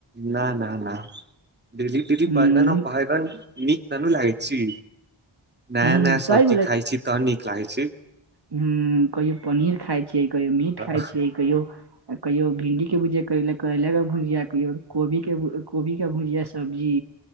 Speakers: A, on the right (about 20°); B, on the right (about 55°).
A: ना - ना - ना दीदी - दीदी
B: हूं
A: बैगन आ भैगन नीक त नै लागे छी। नया
B: हूं
A: - नया
B: सही
A: सब्जी खाइ छी तहन नीक लागै छै।
B: हु कहियो पनीर खाय छियै, कहियो मीट
A: ह
B: खाय छियै, कहियो आ कहियो भिंडीके भुजिया कर करैलाके भुजिया, कहियो कोबीके, कोबीकेँ भुजिया सब्जी